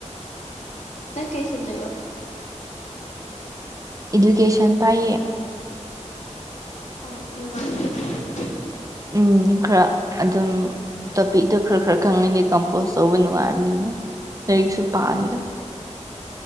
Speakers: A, on the left; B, on the right.
A: ꯅꯪ ꯀꯩ ꯁꯕꯖꯦꯛ ꯂ
B: ꯏꯗꯨꯀꯦꯁꯟ ꯄꯥꯏꯌꯦ꯫
A: ꯑꯣ ꯅꯨꯡꯉꯥꯏ <unintelligible>
B: ꯎ ꯈꯔ ꯑꯗꯨꯝ ꯇꯄꯤꯗ ꯈꯔ ꯈꯔ ꯈꯪꯉꯗꯤ ꯀꯝꯄꯣꯁ ꯇꯧꯕ ꯅꯨꯡꯉꯥꯏꯕꯅꯤꯅ ꯂꯥꯏꯔꯤꯛꯁꯨ ꯄꯥꯜꯂꯤꯗ꯫